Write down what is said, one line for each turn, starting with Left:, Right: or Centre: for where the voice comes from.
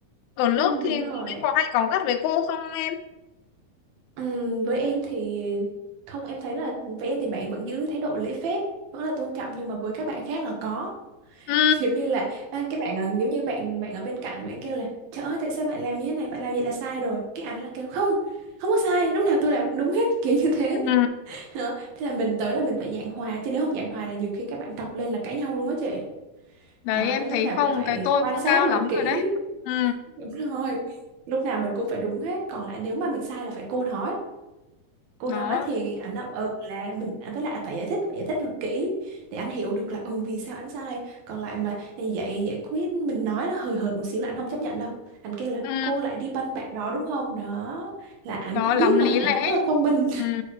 Left: ở
Right: ừ,
Left: lớp thì
Right: đúng rồi
Left: không biết có hay cáu gắt với cô không em
Right: Ừm, với em thì không em thấy là với em thì bạn vẫn giữ thái độ lễ phép vẫn là tôn trọng nhưng mà với các bạn khác là có
Left: ừ
Right: <laughs> giống như là à, cái bạn ở- giống như bạn bạn ở bên cạnh bạn kêu là trời ơi tại sao bạn làm như thế này bạn làm vậy là sai rồi cái ảnh là kêu không không có sai lúc nào tôi làm cũng đúng hết <laughs> kiểu như thế
Left: ừ
Right: Đó. thế là mình tới là mình phải giảng hòa chứ nếu không giảng hòa là nhiều khi các bạn cọc lên là cãi nhau luôn á chị
Left: đấy
Right: đó
Left: em
Right: lúc
Left: thấy
Right: nào
Left: không
Right: cũng phải
Left: cái tôi
Right: quan
Left: cũng
Right: sát
Left: cao
Right: rất là
Left: lắm
Right: kỹ
Left: rồi đấy ừ
Right: Đúng rồi. Lúc nào mình cũng phải đúng hết, còn lại nếu mà mình sai là phải cô nói. Cô
Left: nó
Right: nói thì anh ấp ừ là mình anh với lại phải giải thích, phải giải thích là kỹ để anh hiểu được là ừ vì sao anh sai. Còn lại mà giải giải quyết mình nói nó hời hợt một xíu là anh không chấp nhận đâu. Anh kêu là
Left: ừ
Right: cô lại đi banh bạn đó đúng không? Đó là anh
Left: nó
Right: cũng
Left: lắm
Right: biết
Left: lý
Right: mà,
Left: lẽ
Right: anh cũng rất là thông minh.
Left: ừ